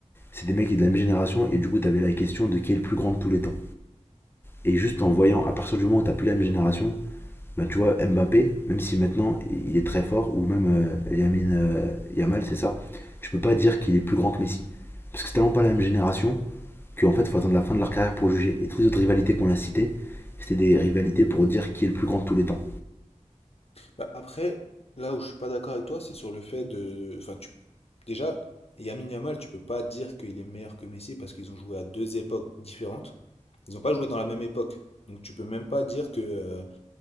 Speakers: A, on the left; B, on the left.
A: c'est des mecs qui sont de la même génération, et du coup, t'avais la question de qui est le plus grand de tous les temps. Et juste en voyant, à partir du moment où t'as plus la même génération, bah, tu vois, Mbappé, même si maintenant il est très fort, ou même euh, Yamin euh, Yamal, c'est ça, tu peux pas dire qu'il est plus grand que Messi. Parce que c'est tellement pas la même génération qu'en fait, faut attendre la fin de leur carrière pour juger. Et toutes les autres rivalités qu'on a citées, c'était des rivalités pour dire qui est le plus grand de tous les temps.
B: Bah, après, là où je suis pas d'accord avec toi, c'est sur le fait de. de- Enfin, tu... déjà, Lamine Yamal, tu peux pas dire qu'il est meilleur que Messi parce qu'ils ont joué à deux époques différentes. Ils ont pas joué dans la même époque. Donc, tu peux même pas dire que. euh,